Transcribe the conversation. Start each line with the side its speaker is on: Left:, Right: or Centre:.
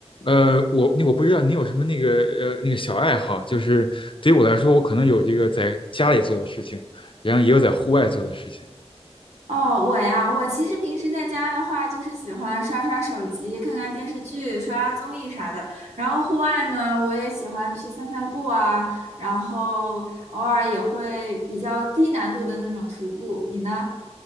Left: 呃，我那我不知道你有什么那个呃那个小爱好，就是对于我来说，我可能有这个在家里做的事情，然后也有在户外做的事情。
Right: 哦，我呀，我其实平时在家的话，就是喜欢刷刷手机、看看电视剧、刷刷综艺啥的。然后户外呢，我也喜欢去散散步啊，然后偶尔也会比较低难度的那种徒步。你呢？